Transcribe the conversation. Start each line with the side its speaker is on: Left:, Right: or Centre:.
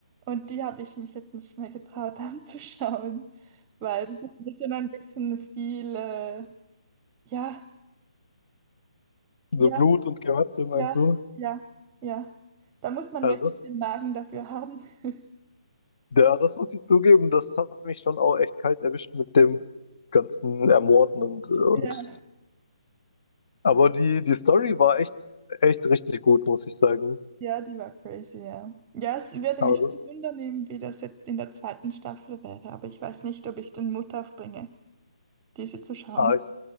Right: und die habe ich mich jetzt nicht mehr getraut <laughs> anzuschauen, weil das ist schon ein bisschen viel. Äh, ja, ja,
Left: So Blut und Gemetzel, meinst
Right: ja,
Left: du?
Right: ja, ja. Da muss man
Left: Also
Right: wirklich
Left: das,
Right: den Magen dafür haben. <laughs>
Left: ja, das muss ich zugeben, das hat mich schon auch echt kalt erwischt mit dem ganzen Ermorden und, und
Right: Ja.
Left: aber die, die Story war echt, echt richtig gut, muss ich sagen.
Right: Ja, die war crazy, ja. Ja, es würde
Left: Aber
Right: mich wundern, wie das jetzt in der zweiten Staffel wäre, aber ich weiß nicht, ob ich den Mut aufbringe, diese zu schauen.
Left: ah, ich,